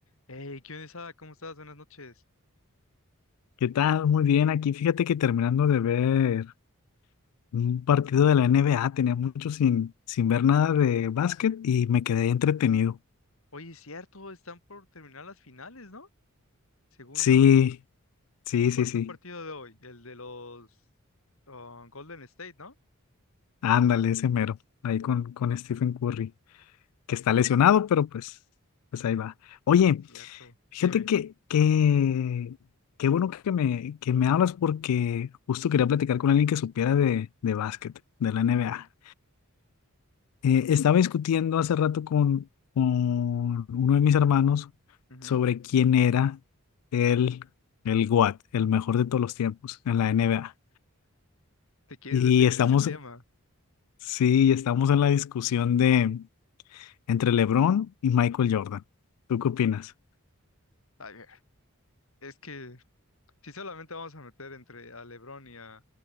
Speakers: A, on the left (about 65°); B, on the left (about 90°).
A: Hey, ¿qué onda, Isada? ¿Cómo estás? Buenas noches.
B: ¿Qué tal? Muy bien, aquí fíjate que terminando de ver un partido de la NBA, tenía mucho sin, sin ver nada de básquet y me quedé entretenido.
A: Oye, es cierto, están por terminar las finales, ¿no? Según
B: Sí,
A: yo.
B: sí, sí,
A: ¿Cuál
B: sí.
A: fue el partido de hoy? El de los ah, Golden State, ¿no?
B: Ándale, ese mero, ahí con, con Stephen Curry, que está lesionado, pero pues, pues ahí va. Oye,
A: Es cierto.
B: fíjate
A: Dime,
B: que, que, qué bueno que me, que me hablas porque justo quería platicar con alguien que supiera de, de básquet, de la NBA.
A: a ver,
B: Eh, estaba discutiendo hace rato con, con uno de mis hermanos
A: ujú,
B: sobre quién era el, el GOAT, el mejor de todos los tiempos en la NBA.
A: ¿Te quieres
B: Y
A: meter
B: estamos,
A: en ese tema?
B: sí, estamos en la discusión de entre LeBron y Michael Jordan. ¿Tú qué opinas?
A: A ver, es que si solamente vamos a meter entre a LeBron y a